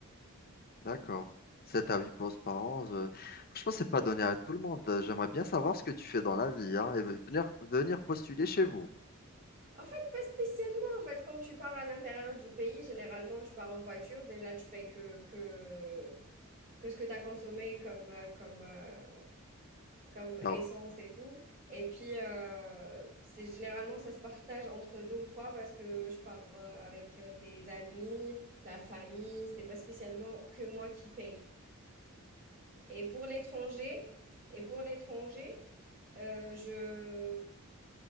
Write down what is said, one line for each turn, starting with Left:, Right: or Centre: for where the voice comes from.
Left: D'accord. Sept à huit pauses par an. je- Franchement, c'est pas donné à tout le monde. J'aimerais bien savoir ce que tu fais dans la vie, hein, et venir, venir postuler chez vous.
Right: En fait, pas spécialement. En fait, quand tu pars à l'intérieur du pays, généralement, tu pars en voiture. Déjà, tu payes que, que, que ce que tu as consommé comme, euh, comme, euh, comme
Left: Car
Right: essence et tout. Et puis, euh, c'est généralement, ça se partage entre deux ou trois parce que je pars euh, avec euh, des amis, la famille. C'est pas spécialement que moi qui paye. Et pour l'étranger, et pour l'étranger, euh, je,